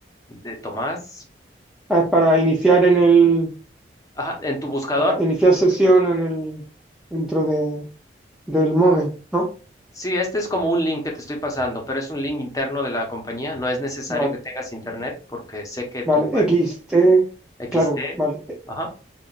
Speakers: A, on the left (about 20°); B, in the centre.
A: de Tomás,
B: Ah, es para iniciar en el,
A: ajá, en tu buscador.
B: para iniciar sesión en el, dentro de, del modem, ¿no?
A: Sí, este es como un link que te estoy pasando, pero es un link interno de la compañía. No es necesario
B: Vale.
A: que tengas internet porque sé que
B: Vale,
A: tu web
B: x t
A: X
B: claro,
A: T
B: vale, eh,
A: ajá,